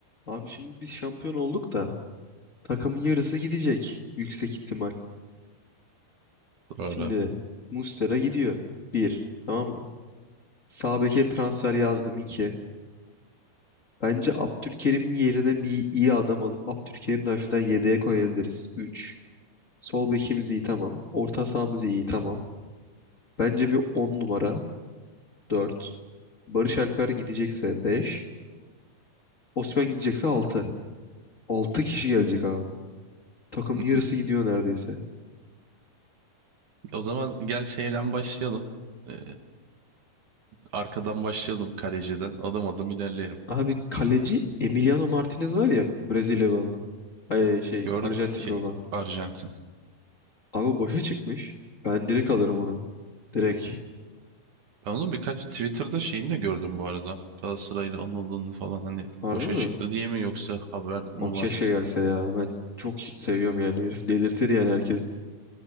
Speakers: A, on the left; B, on the right.
A: Abi şimdi biz şampiyon olduk da takımın yarısı gidecek yüksek ihtimal.
B: Doğru.
A: Şimdi Muslera gidiyor. bir Tamam mı? Sağ beke transfer yazdım iki. Bence Abdülkerim'in yerine bir iyi adam alıp Abdülkerim'i de hafiften yedeğe koyabiliriz. üç. Sol bekimiz iyi tamam. Orta sahamız iyi tamam. Bence bir 10 numara dört. Barış Alper gidecekse 5. Osman gidecekse 6. 6 kişi gelecek abi. Takımın
B: <laughs>
A: yarısı gidiyor neredeyse.
B: O zaman gel şeyden başlayalım. Ee, arkadan başlayalım kaleciden. Adım adım ilerleyelim.
A: Abi kaleci Emiliano Martinez var ya Brezilyalı olan. Ay, şey
B: Gördün
A: Arjantinli
B: şey
A: olan.
B: Arjantin.
A: Abi o boşa çıkmış. Ben direkt alırım onu. Direkt.
B: Ben onun birkaç Twitter'da şeyini de gördüm bu arada. Galatasaray'la anıldığını falan hani
A: Harbi
B: boşa
A: mi?
B: çıktı diye mi yoksa haber mi
A: Abi keşke
B: var?
A: gelse ya. Ben çok seviyorum yani herif. Delirtir yani herkesi.